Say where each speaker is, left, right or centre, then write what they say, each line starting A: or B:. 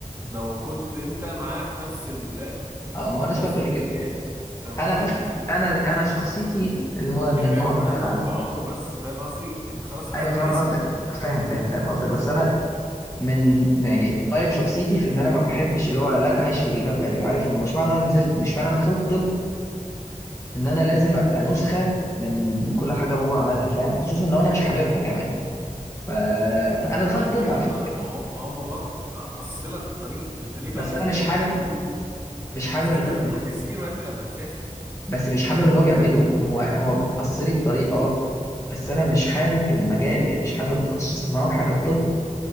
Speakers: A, on the right; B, on the left.
A: لو كنت انت معاه في نفس ال
B: اه ما هو الناس
A: نفس
B: كلها بتقول
A: المجال
B: لي كده
A: فاهم
B: انا
A: قصدي
B: بس انا انا شخصيتي اللي هو من
A: يعني
B: النوع
A: ربنا
B: بتاع
A: يطول في عمره بس فاهم قصدي انت خلاص اخدت
B: ايوه فاهم
A: اسم
B: قصدك فاهم فاهم فاهم قصدك بس انا من يعني طيب شخصيتي في ان انا ما بحبش اللي هو لا انا عايش في جلباب ابي عارف انه مش معنى انا نزلت مش معنى انا دخلت طب ان انا لازم ابقى نسخه من كل حاجه بابا عملها فاهم خصوصا لو انا مش حاببها كمان ف... فانا
A: يا
B: دخلت
A: حبيبي
B: طب على
A: طب
B: فكره
A: ما ما هو ما هو باباك قصلك الطريق انت ليه بقى
B: بس
A: عايز
B: انا مش
A: تبدأ
B: حابب
A: من
B: مش حابب
A: انت هتبدأ
B: اللي هو
A: من تحت الزيرو يا ابني لما هتسافر
B: بس مش حابب اللي هو بيعمله هو هو قصلي الطريق اه بس انا مش حابب المجال يعني مش حابب التخصص أنا فاهمك حاجه الطب